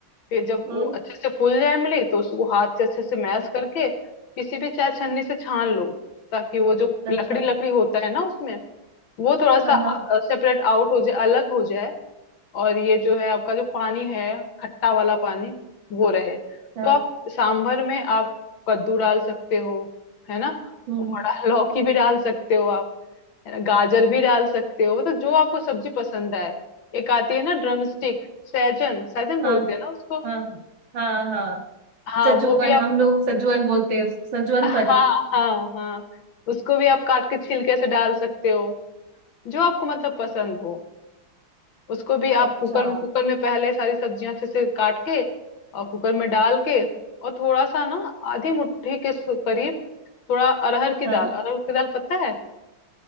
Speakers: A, on the left; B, on the right.
A: फिर जब वो
B: हम्म
A: अच्छे से फूल जाए इमली तो उसको हाथ से अच्छे से मैश करके किसी भी चाय छन्नी से छान लो ताकि वो जो
B: अच्छा
A: लकड़ी लकड़ी होता है ना उसमें वो थोड़ा सा
B: हाँ हाँ
A: सेपरेट आउट हो जाए अलग हो जाए और ये जो है आपका जो पानी है खट्टा वाला पानी वो रहे तो
B: हाँ
A: आप सांभर में आप कद्दू डाल सकते हो है ना
B: हम्म
A: और <laughs> लौकी भी डाल सकते हो आप है ना गाजर भी डाल सकते हो तो जो आपको सब्जी पसंद आए एक आती है ना ड्रम स्टिक सहजन सहजन बोलते
B: हाँ
A: हैं ना उसको
B: हाँ हाँ हाँ
A: हाँ
B: सजवन
A: वो भी आप
B: हम लोग सजवन बोलते हैं सजवन
A: हाँ
B: फली
A: हाँ हाँ उसको भी आप काट के छिलके से डाल सकते हो जो आपको मतलब पसंद हो उसको भी आप
B: अच्छा
A: कुकर कुकर में पहले सारी सब्जियां अच्छे से काट के और कुकर में डाल के और थोड़ा सा ना आधी मुट्ठी के सु- करीब थोड़ा अरहर की
B: हाँ
A: दाल अरहर की दाल पता है